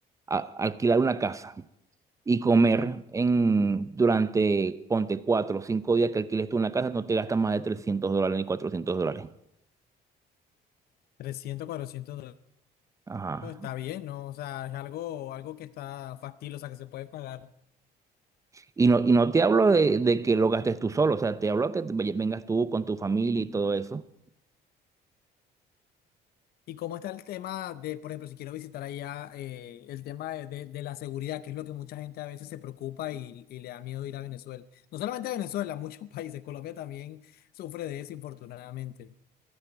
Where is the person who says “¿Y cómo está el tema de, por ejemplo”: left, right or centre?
Left